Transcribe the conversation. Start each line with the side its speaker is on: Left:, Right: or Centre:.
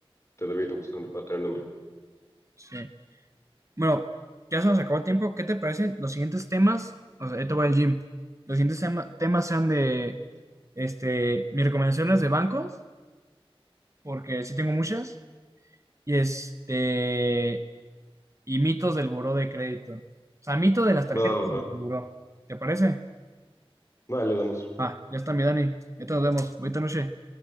Left: de débito justamente para tener nómina.
Right: Sí. Bueno, ya se nos acabó el tiempo. ¿Qué te parece? Los siguientes temas, o sea, yo te voy al gym. Los siguientes tema- temas sean de, este, mis recomendaciones de bancos, porque sí tengo muchas. y este y mitos del buró de crédito. O sea, mito de las tarjetas
Left: Va, va,
Right: y
Left: va.
Right: del buró. ¿Te parece?
Left: Vale, le damos.
Right: Ah, ya está mi Dani. Entonces nos vemos. Buenas noches.